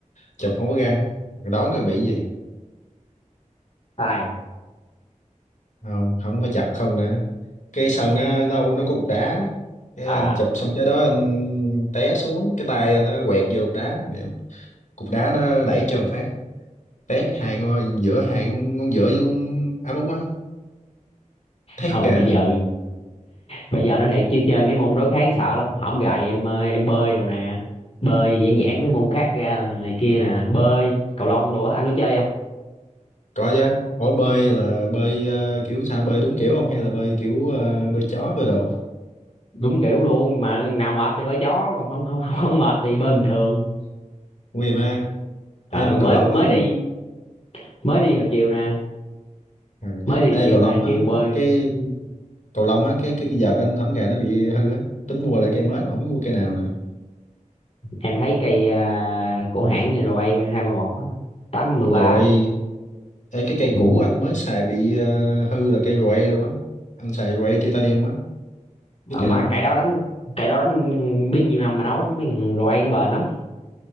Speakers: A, on the left; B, on the left.
A: chụp không có găng rồi đón rồi bị gì
B: tài à
A: không không phải chặt không nữa cái sân á đâu nó có cục đá cái
B: À,
A: anh chụp xong cái đó anh té xuống cái tay anh nó quẹt vô cục đá Mẹ, cục đá nó đẩy cho một phát tét hai ngón giữa hai ngón, ngón giữa với ngón áp út á thét
B: thôi
A: kìa
B: bây giờ bây giờ nói thiệt chứ chơi mấy môn đối kháng sợ lắm hổm gài em ờ, em bơi đồ nè bơi giản giản mấy môn khác ra là này kia nè bơi cầu lông đồ á anh có chơi không
A: có chứ ủa bơi là bơi ờ, kiểu sao bơi đúng kiểu không hay là bơi kiểu ờ, bơi chó bơi đồ
B: đúng kiểu luôn mà nào mệt thì bơi chó còn không không không, không mệt thì bơi bình thường
A: nguy mà
B: ờ
A: ê mà
B: mới
A: cầu lông
B: mới
A: á bự
B: đi mới đi hồi chiều nè
A: ừ.
B: mới đi
A: ê
B: chiều
A: cầu
B: nè
A: lông á
B: chiều bơi
A: cái cầu lông á cái cái, cái giờ anh thấm gà nó bị hư á tính mua lại cây mới mà không biết mua cây nào nè
B: em thấy cây à, của hãng RA hai ba một tám mười ba
A: rồi ê, cái cây
B: Ừ.
A: cũ anh mới xài bị ờ, hư là cây rồi luôn á anh xài rồi titanium á
B: mà
A: biết cây đó
B: cây
A: không
B: đó đánh cây đó đánh biết nhiêu năm mà nói mấy thằng RA nó bền lắm